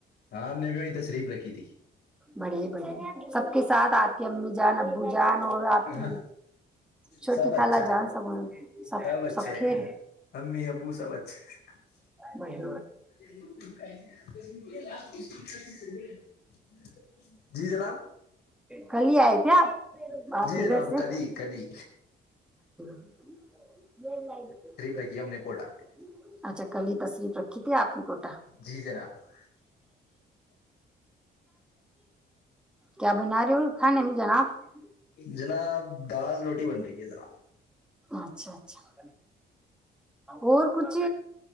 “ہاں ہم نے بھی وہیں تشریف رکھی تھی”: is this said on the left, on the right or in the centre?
Left